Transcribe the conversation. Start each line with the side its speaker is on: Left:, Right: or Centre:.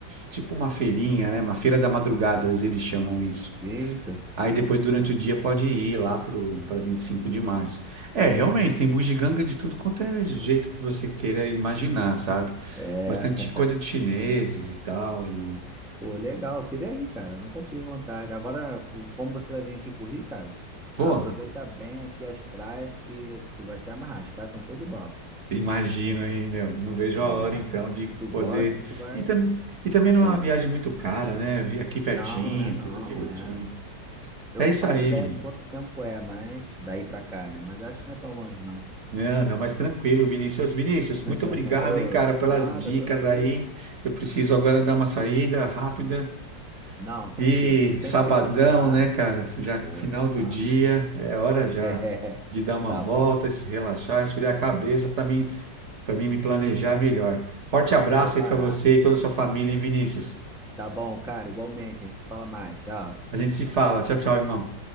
Right: tipo uma feirinha, né? Uma feira da madrugada, eles chamam isso.
Centre: Eita,
Right: Aí depois, durante o dia, pode ir lá pro, para vinte e cinco de março. É, realmente, tem bugiganga de tudo quanto é jeito que você queira imaginar, sabe?
Centre: é.
Right: bastante coisa de chineses e tal. E,
Centre: Pô, legal.
Right: e,
Centre: Eu queria ir, cara. eu nunca tive vontade. Agora, com- como você vai vir aqui pro Rio, cara,
Right: pô,
Centre: aproveita bem aqui as praias que tu vai se amarrar. As praias são show de bola,
Right: imagino, hein, meu? Não vejo
Centre: né?
Right: a hora, então, de
Centre: Se tu gosta,
Right: poder.
Centre: tu vai.
Right: E, tam... e também não
Centre: Ah,
Right: é uma viagem muito cara, né? Vi aqui pertinho,
Centre: Não, né? Não,
Right: tudo direitinho.
Centre: é. Eu
Right: É
Centre: não
Right: isso
Centre: faço
Right: aí,
Centre: ideia
Right: Vinícius.
Centre: de quanto tempo é, mas daí pra cá, né? Mas acho que não é tão longe, não.
Right: Não, não, mas tranquilo, Vinícius. Vinícius,
Centre: <laughs>
Right: muito obrigado,
Centre: Oi,
Right: hein, cara, pelas
Centre: nada,
Right: dicas
Centre: tranquilo.
Right: aí. hein? Eu preciso agora dar uma saída rápida.
Centre: Não, tranquilo.
Right: E
Centre: Sempre
Right: sabadão,
Centre: que precisar,
Right: né, cara? Já
Centre: pô,
Right: final
Centre: nem falo.
Right: do dia,
Centre: <laughs>
Right: é hora já
Centre: É,
Right: de dar uma
Centre: Tá
Right: volta,
Centre: bom,
Right: se relaxar, esfriar a cabeça para mim para mim me planejar é melhor. Forte
Centre: pra
Right: abraço
Centre: se preparar.
Right: aí para você e toda a sua família, hein, Vinícius?
Centre: Tá bom, cara, igualmente. A gente se fala mais. Tchau.
Right: A gente se fala. Tchau, tchau, irmão.